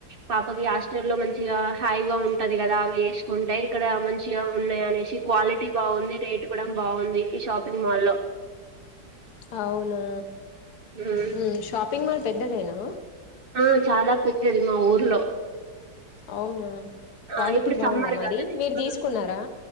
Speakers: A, on the right; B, on the left.
A: పాపకి హాస్టల్ లో మంచి హైగా ఉంటది కదా అవి వేసుకుంటే ఇక్కడ మంచిగా ఉన్నాయి అనేసి క్వాలిటీ బాగుంది రేట్ ఇవ్వడం బాగుంది ఈ షాపింగ్ మాల్ లో
B: అవునా
A: ఉమ్.
B: మ్ షాపింగ్ మాల్ పెద్దదేనా
A: ఆ చాలా పెద్దది మా ఊర్లో
B: అవునా క్వాలిటీ
A: ఆ ఇప్పుడు
B: బాగుందా
A: సమ్మర్
B: మరి మీరు
A: కద
B: తీసుకున్నారా